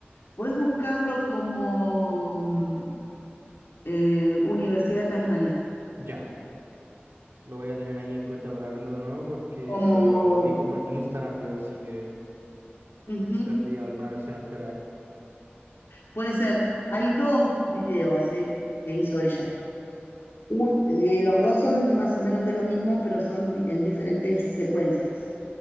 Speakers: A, on the left; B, on the right.
A: podés buscarlo como mm, eh, Universidad de Tasmania,
B: Ya, lo voy a tener ahí en cuenta para verlo de nuevo porque
A: como,
B: lo vi como en Instagram yo, así que...
A: ujú,
B: Quizás vea alguna versión alterada.
A: puede ser, hay dos videos eh, que hizo ella. Un- eh, los dos son más o menos de lo mismo, pero son di- en diferentes secuencias.